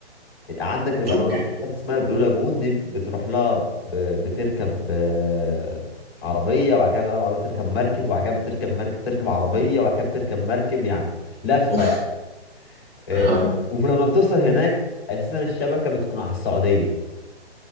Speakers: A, on the left (about 20°); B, on the right (about 60°).
A: عندك يبقى
B: اوكي
A: انا رحت في حته اسمها البلو لاجون دي بتروح لها ب... بتركب آه، عربيه وبعد كده بقى العربيه بتركب مركب وبعد كده بتركب مركب تركب عربيه وبعد كده بتركب مركب يعني لفه
B: اوف
A: يعني آه،
B: اها
A: ولما بتوصل هناك اساسا الشبكه بتكون على السعوديه